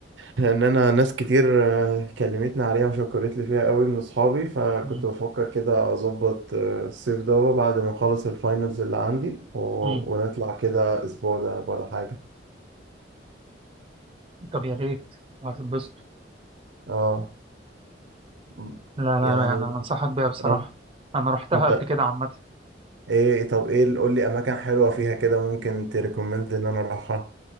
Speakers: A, on the right; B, on the right.
A: لان انا ناس كتير آه، كلمتني عليها وشكرت لي فيها قوي من اصحابي فكنت
B: أمم،
A: بفكر كده اظبط آه، الصيف ده بعد ما اخلص الفاينلز اللي عندي و...
B: أمم.
A: ونطلع كده اسبوع ده ولا حاجه
B: طب يا ريت هتتبسط
A: اه م-
B: لا لا لا،
A: يعني
B: يعني انا انصحك بيها بصراحة
A: اه
B: انا رحتها
A: انت
B: قبل كده عامة
A: ايه طب ايه اللي- قول لي اماكن حلوه فيها كده ممكن تريكومند ان انا اروحها